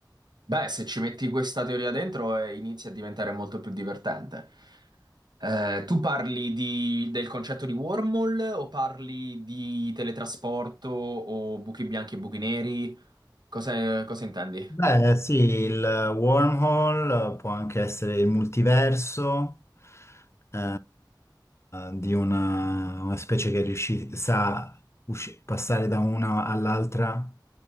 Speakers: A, on the right; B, on the left.
A: Beh, se ci metti questa teoria dentro, eh, inizia a diventare molto più divertente. Eh, tu parli di- del concetto di wormhole o parli di teletrasporto o buchi bianchi e buchi neri? Cosa, cosa intendi?
B: Beh, sì, il wormhole eh, può anche essere il multiverso eh, di una, una specie che riusci- sa usci- passare da una all'altra,